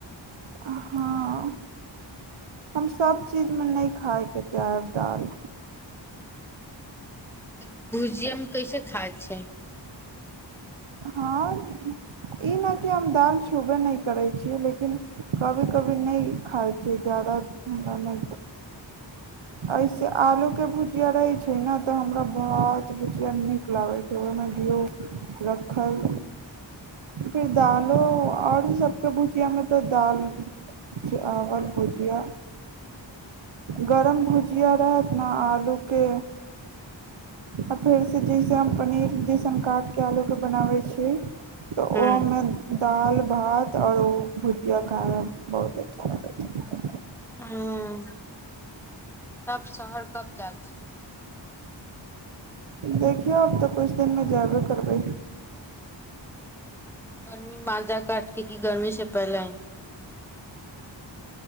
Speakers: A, on the right; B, in the centre.
A: हाँ। हम सब चीज मे नै खाय के चाहब दाल।
B: त भुजिया मे कैसे खाय छै।
A: हँ ई नै कि हम दाल छूबे नै करै छी, लेकिन कभी-कभी नै खाय छियै, जादा हमरा नै ऐसे आलू के भुजिया रहै छै ने तऽ हमरा भात, भुजिया नीक लागै छै, ओय मे दियौ रखल, फिर दालो और सब के भुजिया मे तऽ दाल, चावल, भुजिया। गरम भुजिया रहत ने आलुके आ फेरसे जइसे हम पनीर जैसन काटि क आलूके बनाबै छियै। त ओ
B: हँ
A: मन दाल भात और भुजिया खाइमे बहुत अच्छा लगै छै।
B: हाँ। तब शहर कब जाय छी।
A: देखियौ आब ते कुछ दिन मे जेबे करबै।
B: गर्मी माजा काट के की गर्मी से पहिले आई।